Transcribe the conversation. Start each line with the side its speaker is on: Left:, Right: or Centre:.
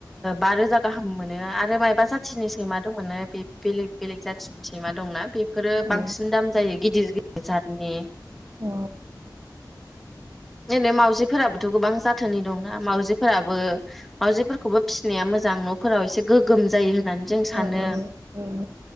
Centre: बा रोजा गाहाम मोनो आरो। माबा जाथिनि सैमा दंमोननो बे बेलेग बेलेग जाथि। सैमा दंना? बेफोरो
Right: औ
Centre: बांसिन दाम जायो गिदिर गिदिर जाथनि।
Right: अ।
Centre: नै माउजिफोराबोथ' गोबां जाथोनि दंना मावाजि। फोराबो मावाजि। खौबो फिसिनाया मोजां न'फोराव एसे गोगोम जायो। होननानै जों सानो
Right: औ औ औ